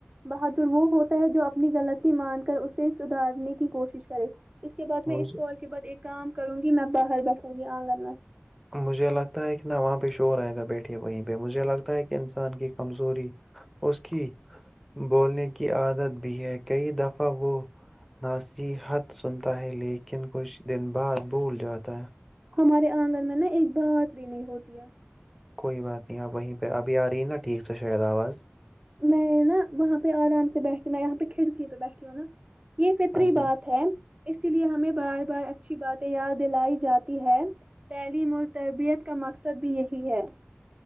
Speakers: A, on the right; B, in the centre.
A: بہادر وہ ہوتا ہے جو اپنی غلطی مان کر اسے سدھارنے کی کوشش کرے اس کے بعد میں
B: مجھے
A: اس کال کے بعد ایک کام کروں گی میں باہر بیٹھوں گی آنگن میں
B: مجھے لگتا ہے کہ نہ وہاں پہ شور آئے گا بیٹھیے وہیں پہ مجھے لگتا ہے کہ انسان کی کمزوری اس کی بولنے کی عادت بھی ہے کئی دفعہ وہ ناسیحت سنتا ہے لیکن کچھ دن بعد بھول جاتا ہے
A: ہمارے آنگن میں نا ایک بات بھی نہیں ہوتی ہے
B: کوئی بات نہیں آپ وہیں پہ ابھی آ رہی ہیں نا ٹھیک سے شاید آواز
A: میں نا وہاں پہ آرام سے بیٹھی ہوں میں یہاں پہ کھڑکی پہ بیٹھی ہوں نا یہ فطری
B: اچھا
A: بات ہے اسی لیے ہمیں بار بار اچھی باتیں یاد دلائی جاتی ہے تعلیم اور تربیت کا مقصد بھی یہی ہے